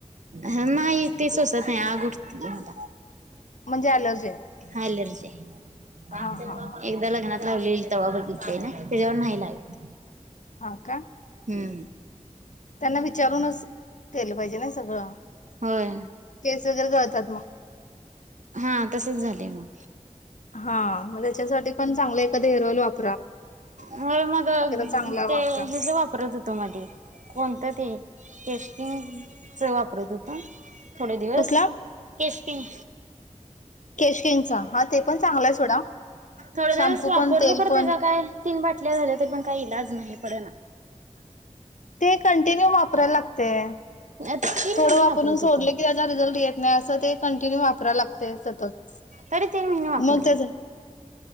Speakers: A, on the right; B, on the left.
A: हा नाही. ते सोसत नाही. नाही आग उठतंय मला.
B: म्हणजे अलर्जी आहे
A: हालर्जी आहे,
B: हा हा हा
A: एकदा लग्नात लावलेल तेव बघितले ना, त्याच्यावर नाही लावेत.
B: हा का.
A: हम्म.
B: त्यांना विचारूनच केलं पाहिजे ना सगळं.
A: होय
B: केस वगैरे कळतात मग.
A: हा तसच झालंय मग.
B: हा मग त्याच्यासाठी पण चांगलं एखां हेअर ऑइल वाप
A: होय मग
B: चांगला
A: ते
B: वापरा.
A: हेच वापरत होतो मध्ये कोणतं ते केश कीं च वापरत होतो. थोडे दिवस
B: कसला?
A: केशकिंग.
B: केश किंगचा हा ते पण चांगला आहे सोडा.
A: थोड दिवस
B: शॅम्पू
A: वापरलो
B: पण तेल
A: कर
B: पण
A: त्याचा काय तीन बाटल्या झाल्या तर पण काही इलाज नाही. पडना.
B: ते कंटिन्यू वापरायला लागतेय.
A: तीन
B: थोडं
A: महिने
B: वापरून
A: वापरत
B: सोडलं
A: होतो मी
B: की त्याचा रिझल्ट येत नाही असं ते कंटिन्यू वापरा लागते सतत
A: तरी तीन महिने वापरला.
B: मग त्याच